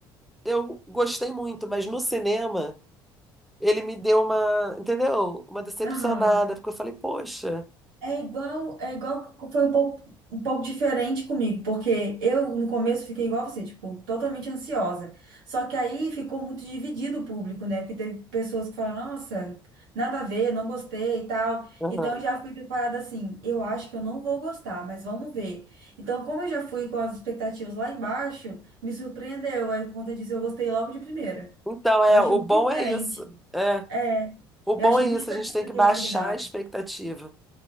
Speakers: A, in the centre; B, on the right.
A: eu gostei muito, mas no cinema, ele me deu uma, entendeu? Uma decepcionada,
B: Aham.
A: porque eu falei, poxa.
B: É igual, é igual, foi um pouco, um pouco diferente comigo, porque eu no começo fiquei igual você, tipo, totalmente ansiosa. Só que aí ficou muito dividido o público, né? Porque teve pessoas que falaram, nossa, nada a ver, não gostei e tal.
A: aham.
B: Então eu já fui preparada assim, eu acho que eu não vou gostar, mas vamos ver. Então, como eu já fui com as expectativas lá embaixo, me surpreendeu. Aí por conta disso eu gostei logo de primeira.
A: Então, é,
B: Eu achei
A: o
B: muito
A: bom
B: diferente.
A: é isso. É,
B: É,
A: o
B: eu
A: bom
B: achei
A: é
B: muito
A: isso,
B: diferente
A: a gente tem
B: do
A: que
B: que
A: baixar
B: eu imaginava.
A: a expectativa.